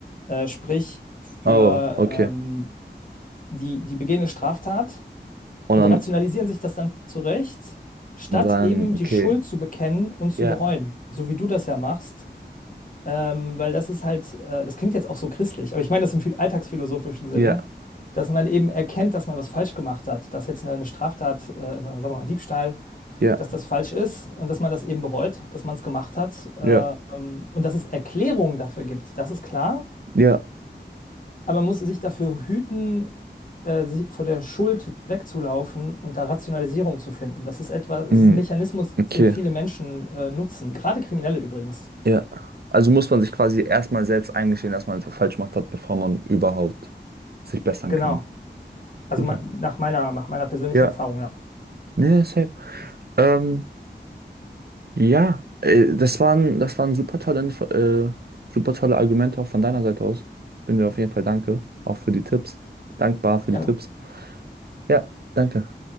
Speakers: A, on the left (about 50°); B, on the right (about 60°).
A: Äh, sprich, für
B: Oh, okay.
A: ähm, die, die begehene Straftat
B: Und
A: und
B: dann
A: rationalisieren sich das dann zurecht, statt
B: sagen,
A: eben die
B: okay,
A: Schuld zu bekennen und zu
B: ja,
A: bereuen, so wie du das ja machst. Ähm, weil das ist halt, äh, das klingt jetzt auch so christlich, aber ich meine das im viel alltagsphilosophischen Sinne
B: ja,
A: dass man eben erkennt, dass man was falsch gemacht hat, dass jetzt eine eine Straftat, äh, sagen wir mal Diebstahl,
B: ja,
A: dass das falsch ist und dass man das eben bereut, dass man es gemacht hat ähm,
B: ja,
A: und dass es Erklärungen dafür gibt, das ist klar,
B: ja,
A: aber man muss sich dafür hüten, äh, sich vor der Schuld wegzulaufen und da Rationalisierung zu finden. Das ist etwas, es
B: mm,
A: ist ein Mechanismus,
B: okay,
A: den viele Menschen äh, nutzen, gerade Kriminelle übrigens.
B: ja. Also muss man sich quasi erstmal selbst eingestehen, dass man etwas falsch gemacht hat, bevor man überhaupt sich bessern
A: Genau.
B: kann.
A: Also
B: Super.
A: ma- nach meiner, nach meiner persönlichen
B: Ja,
A: Erfahrung, ja.
B: nee, safe.
A: Das,
B: Ähm, Ja, äh, das waren, das waren super tolle, Info- äh, super tolle Argumente auch von deiner Seite aus. Ich bin dir auf jeden Fall danke, auch für die Tipps. Dankbar für
A: gerne.
B: die Tipps. Ja, danke.